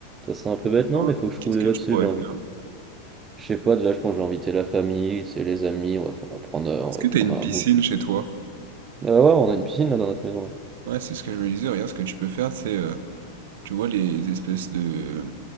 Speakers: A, on the right; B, on the right.
A: ça serait un peu bête non,
B: Non,
A: mais faut que je
B: Qu'est-ce
A: trouve des
B: que
A: lots,
B: tu
A: tu sais,
B: pourrais
A: j'ai invité
B: faire?
A: je sais pas, déjà je pense que j'ai invité la famille, tu sais les amis, on va, on va prendre euh, on
B: Est-ce que
A: va
B: t'as
A: prendre
B: une piscine
A: un bout.
B: chez toi?
A: Ah bah ouais, on a une piscine là dans notre maison. là.
B: Ouais, c'est ce que je me disais. Regarde, ce que tu peux faire, c'est... euh, tu vois les espèces de... euh,